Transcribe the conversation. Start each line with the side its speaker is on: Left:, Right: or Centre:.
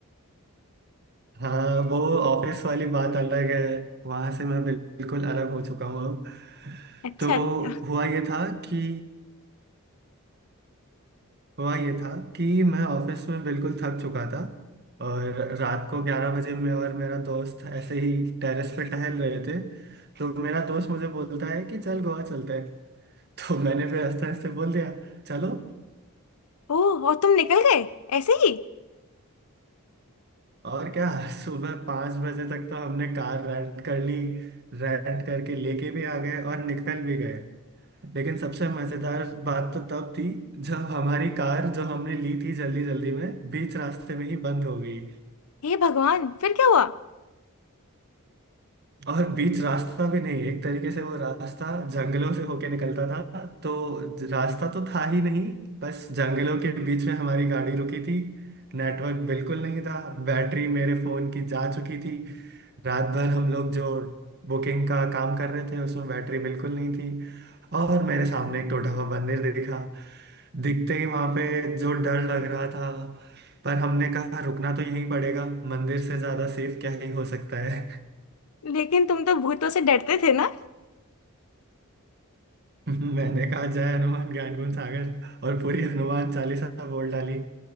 Right: हाँ वो ऑफिस वाली बात अलग है वहां से मैं बिल्कुल अलग हो चुका हूँ अब
Left: अच्छा
Right: तो
Left: अच्छा
Right: हुआ ये था कि हुआ ये था कि मैं ऑफिस में बिल्कुल थक चुका था और रात को ग्यारह बजे मैं और मेरा दोस्त ऐसे ही टेरेस पे टहल रहे थे तो मेरा दोस्त मुझे बोलता है कि चल गोवा चलते हैं तो मैंने भी हंसते हंसते बोल दिया चलो
Left: ओह और तुम निकल गए ऐसे ही
Right: और क्या सुबह पाँच बजे तक तो हमने कार रेंट कर ली रेंट करके लेके भी आ गए और निकल भी गए लेकिन सबसे मजेदार बात तो तब थी जब हमारी कार जो हमने ली थी जल्दी जल्दी में बीच रास्ते में ही बंद हो गई
Left: हे भगवान फिर क्या हुआ
Right: और बीच रास्ता भी नहीं एक तरीके से वो रास्ता जंगलों से होके निकलता था तो ज- रास्ता तो था ही नहीं बस जंगलों के बीच में हमारी गाड़ी रुकी थी नेटवर्क बिल्कुल नहीं था बैटरी मेरे फोन की जा चुकी थी रात भर हम लोग जो बुकिंग का काम कर रहे थे उसमें बैटरी बिल्कुल नहीं थी और मेरे सामने एक टूटा हुआ मंदिर दिखा दिखते ही वहां पे जो डर लग रहा था पर हमने कहा रुकना तो यहीं पड़ेगा मंदिर से ज्यादा सेफ क्या ही हो सकता है
Left: लेकिन तुम तो भूतों से डरते थे ना
Right: <laughs> मैंने कहा जय हनुमान ज्ञान गुण सागर और पूरी हनुमान चालीसा बोल डाली